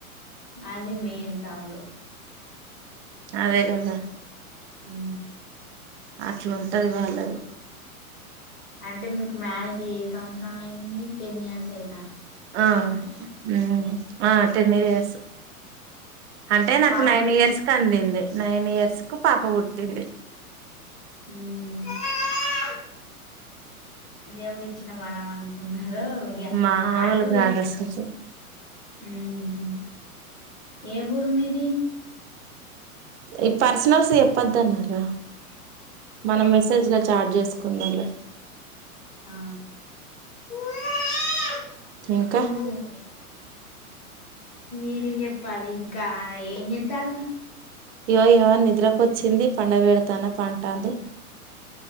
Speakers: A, on the left (about 85°); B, on the right (about 50°).
A: అది మెయిన్ ప్రాబ్లం
B: అదే కదా
A: ఊ
B: అట్లా ఉంటది వాళ్ళది.
A: అంటే మీకు మ్యారేజ్ ఏ సంవత్సరంలో అయింది. టెన్ ఇయర్స్ అయి
B: ఆ ఉ ఆ టెన్నిరియాస్. అంటే నాకు
A: పాప
B: నైన్
A: ఎప్పుడు
B: ఇయర్స్ క అందింది. నైన్ ఇయర్స్ కు పాప పుట్టింది.
A: <unintelligible> ఇది ఎవడిచ్చన వనం అనుకున్నా హలో భయ్యా
B: మాములు
A: ఆ టూయి
B: కాదు అసలుకి
A: <unintelligible> ఏం ఊరు మీది
B: ఈ పర్సనల్స్ చెప్పొద్దు అన్నారు ర మనం మెసేజ్ల
A: ఆ
B: చార్జ్స్ ఉన్నాలే
A: ఆ <unintelligible>
B: ఇంకా
A: ఓహో మీరె ఎప్పాలి కా ఏ చెంత్తలానే
B: ఇయవోయో నిద్రకొచ్చింది పండ పెడతాన్న పంటాంది.